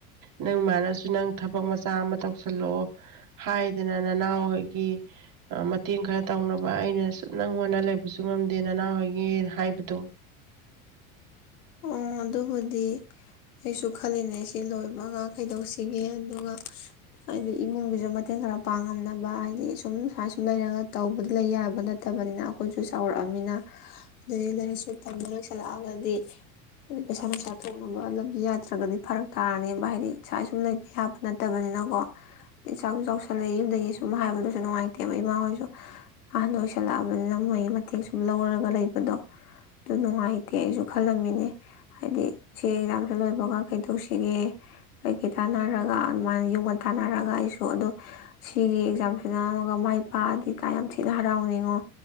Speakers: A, on the right (about 50°); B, on the left (about 80°).
A: ꯅꯪ ꯏꯃꯅꯁꯨ ꯅꯪ ꯊꯕꯛ ꯃꯆꯥ ꯑꯃ ꯇꯧꯁꯤꯜꯂꯛꯑꯣ ꯍꯥꯏꯗꯅ ꯅꯅꯥꯎ ꯍꯣꯏꯒꯤ ꯃꯇꯦꯡ ꯈꯔ ꯇꯧꯅꯕ ꯑꯩꯅ ꯁ ꯅꯪ ꯍꯣꯠꯅ ꯂꯩꯕꯁꯨ ꯉꯝꯗꯦ ꯅꯅꯥꯎꯍꯣꯏꯒꯤ ꯍꯥꯏꯕꯗꯣ
B: ꯑꯣ ꯑꯗꯨꯕꯨꯗꯤ ꯑꯩꯁꯨ ꯈꯜꯂꯤꯅꯦ ꯑꯩꯁꯤ ꯂꯣꯏ ꯃꯉꯥ ꯀꯩꯗꯧꯁꯤꯒꯦ ꯑꯗꯨꯒ ꯍꯥꯏꯗꯤ ꯏꯃꯨꯡ ꯕꯤꯖ ꯃ ꯃꯇꯦꯡ ꯈꯔ ꯄꯥꯡꯉꯝꯅꯕ ꯍꯥꯏꯗꯤ ꯁꯨꯝ ꯁꯨꯃꯥꯏꯅ ꯁꯨꯝ ꯂꯩꯔꯒ ꯇꯧꯕꯗꯤ ꯂꯩ ꯌꯥꯕ ꯅꯠꯇꯕꯅꯤꯅ ꯑꯩꯈꯣꯏꯁꯨ ꯆꯥꯎꯔꯛꯑꯅꯤꯅ ꯑꯗꯨꯗꯗꯒꯤ ꯂꯥꯏꯔꯤꯛꯁꯨ ꯃꯇꯝꯗ ꯂꯣꯏꯁꯜꯂꯛꯑꯒꯗꯤ ꯍꯥꯏꯗꯤ ꯄꯩꯁꯥ ꯅꯨꯡꯁꯥ ꯊꯣꯛꯅꯕ ꯂꯝꯕꯤ ꯌꯥꯗ꯭ꯔꯒꯗꯤ ꯐꯔꯛ ꯇꯥꯔꯅꯦꯕ ꯍꯥꯏꯗꯤ ꯏꯁꯥ ꯁꯨꯝ ꯂꯩꯕ ꯌꯥꯕ ꯅꯠꯇꯕꯅꯤꯅꯀꯣ ꯑ ꯏꯁꯥꯛꯁꯨ ꯆꯥꯎꯁꯜꯂꯛꯏ ꯌꯨꯝꯗꯒꯤ ꯁꯨꯝ ꯍꯥꯏꯕꯗꯨꯁꯨ ꯅꯨꯡꯉꯥꯏꯇꯦꯕ ꯏꯃꯥ ꯍꯣꯏꯁꯨ ꯑꯍꯟ ꯑꯣꯏꯣꯏꯁꯜꯂꯛꯑꯕꯅꯤꯅ ꯃꯣꯏꯒꯤ ꯃꯇꯦꯡ ꯁꯨꯝ ꯂꯧꯔꯒ ꯂꯩꯕꯗꯣ ꯑꯗꯨ ꯅꯨꯡꯉꯥꯏꯇꯦ ꯑꯩꯁꯨ ꯈꯜꯂꯝꯟꯃꯤꯅꯦ ꯍꯥꯏꯗꯤ ꯁꯤ ꯑꯦꯛꯖꯥꯝꯁꯦ ꯂꯣꯏꯕꯒ ꯀꯩꯗꯣꯛꯁꯤꯒꯦ ꯀꯩꯀꯩ ꯇꯥꯟꯅꯔꯒ ꯑꯗꯨꯃꯥꯏꯅ ꯌꯨꯝꯒ ꯇꯥꯟꯅꯔꯒ ꯑꯩꯁꯨ ꯑꯗꯣ ꯁꯤꯒꯤ ꯑꯦꯛꯖꯥꯝꯁꯤꯦ ꯅꯝꯃꯒ ꯃꯥꯏ ꯄꯥꯛꯑꯗꯤ ꯏꯇꯥꯥꯏ ꯌꯥꯝ ꯊꯤꯅ ꯍꯔꯥꯎꯅꯤꯡꯉꯣ